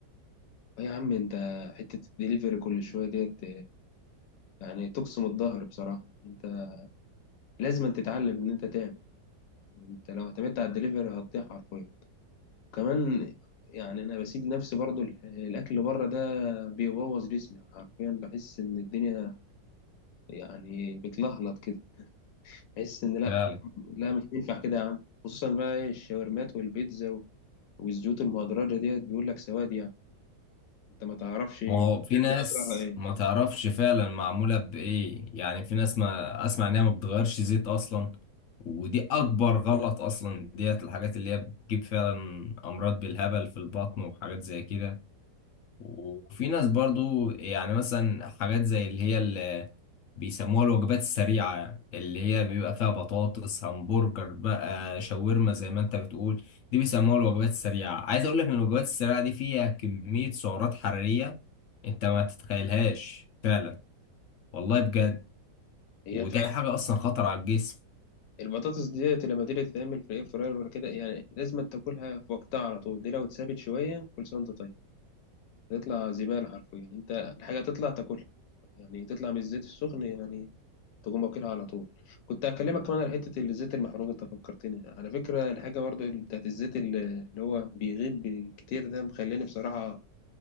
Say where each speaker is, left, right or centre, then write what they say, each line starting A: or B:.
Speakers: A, on the left; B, on the left.
A: يا عم انت حتة الدليفري كل شوية ديت يعني تقسم الظهر بصراحة انت لازم تتعلم ان انت تعمل انت لو اعتمدت على الدليفري هتضيع حرفيا وكمان يعني انا بسيب نفسي برضو ال- الاكل بره ده بيبوظ جسمي حرفيا بحس ان الدنيا يعني بتلهلط كده بحس ان لا
B: فعلا
A: لا مش ينفع كده يا عم خصوصا بقى ايه الشاورمات والبيتزا و- والزيوت المهدرجة ديت بيقول لك سواد يعني انت ما تعرفش دي
B: ما هو في ناس
A: اضرارها ايه
B: ما تعرفش فعلا معمولة بإيه يعني في ناس ما أسمع إنها ما بتغيرش زيت أصلا ودي أكبر غلط أصلا ديت الحاجات اللي هي بتجيب فعلا أمراض بالهبل في البطن وحاجات زي كده وفي ناس برضو يعني مثلا حاجات زي اللي هي اللي بيسموها الوجبات السريعة اللي هي بيبقى فيها بطاطس همبرجر بقى شاورما زي ما انت بتقول دي بيسموها الوجبات السريعة عايز اقول لك ان الوجبات السريعة دي فيها كمية سعرات حرارية انت ما تتخيلهاش فعلا والله بجد
A: هي
B: ودي حاجة اصلا خطر على الجسم
A: البطاطس ديت لما تيجي تتعمل في الاير فراير ولا كده يعني لازم تاكلها في وقتها على طول دي لو اتسابت شويه كل سنه وانت طيب تطلع زباله حرفيا يعني انت الحاجه تطلع تاكلها يعني تطلع من الزيت السخن يعني تقوم واكلها على طول كنت هكلمك كمان على حته الزيت المحروق انت فكرتني على فكره الحاجه برضو بتاعت الزيت اللي هو بيغيب كتير ده مخليني بصراحه